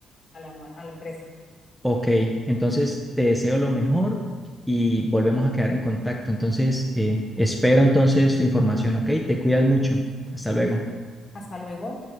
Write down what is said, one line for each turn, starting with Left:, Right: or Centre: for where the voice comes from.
Left: a la, nue- a la empresa.
Centre: Ok, entonces te deseo lo mejor y volvemos a quedar en contacto. Entonces, eh, espero entonces tu información, ¿ok? Te cuidas mucho. Hasta luego.
Left: Hasta luego.